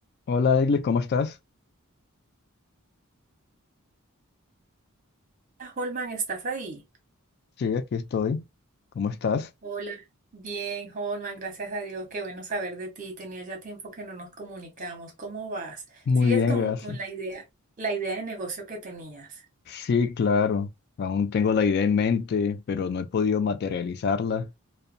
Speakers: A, on the left; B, on the right.
A: Hola, Egli, ¿cómo estás?
B: Hola, Holman, ¿estás ahí?
A: Sí, aquí estoy. ¿Cómo estás?
B: Hola. Bien, Holman, gracias a Dios, qué bueno saber de ti. Tenía ya tiempo que no nos comunicamos. ¿Cómo vas?
A: Muy
B: ¿Sigues
A: bien,
B: con,
A: gracias.
B: con la idea, la idea de negocio que tenías?
A: Sí, claro. Aún tengo la idea en mente, pero no he podido materializarla.